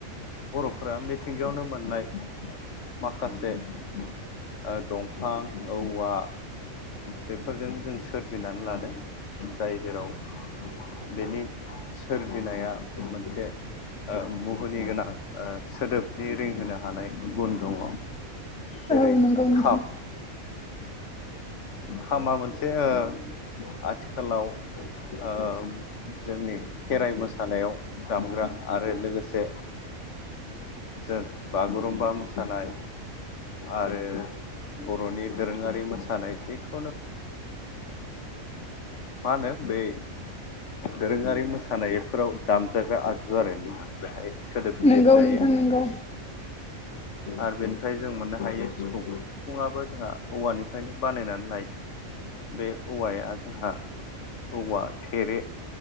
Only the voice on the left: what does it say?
बर'फोरा मिथिंगायावनो मोननाय माखासे ओ दंफां औवा बेफोरजों जों सोरजिनानै लादों जाय जेराव बेनि सोरजिनाया मोनसे ओ मुहुनि गोनां ओ सोदोबनि रिंहोनो हानाय गुन दङ जेरै
खाम खामा मोनसे ओ आथिखालाव ओ जोंनि खेराइ मोसानायाव दामग्रा आरो लोगोसे जों बागुरुमबा मोसानाय आरो बर'नि दोरोङारि मोसानाय जि <unintelligible> मा होनो बे दोरोङारि मोसानायफोराव दामजाग्रा आगजु आरो नोंथां बेहाय सोदोब गिदिर
जायो
आरो बेनिफ्राय जों मोननो हायो सिफुं सिफुंङाबो जोंहा औवानिफ्रायनो बानायनानै लायो बे औवाया जोंहा औवा थेरे